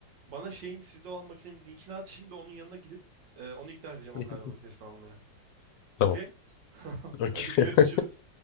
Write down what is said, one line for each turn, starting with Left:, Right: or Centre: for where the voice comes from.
Right: bana şeyin sizde olan makinenin linkini at. Şimdi onun yanına gidip e, onu ikna edeceğim
Left: <laughs>
Right: o kahve makinesini almaya.
Left: Tamam.
Right: Okey? <laughs>
Left: Okey.
Right: Hadi görüşürüz.